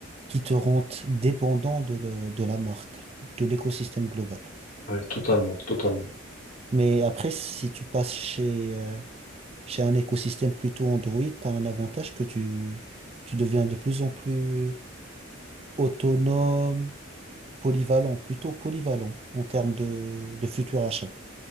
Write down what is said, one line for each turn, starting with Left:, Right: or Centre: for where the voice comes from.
Right: qui te rendent dépendant de, le- de la marque, de l'écosystème global.
Left: Oui, totalement, totalement.
Right: Mais après, si tu passes chez, euh, chez un écosystème plutôt Android, tu as un avantage que tu, tu deviens de plus en plus autonome, polyvalent, plutôt polyvalent en termes de, de futurs achats.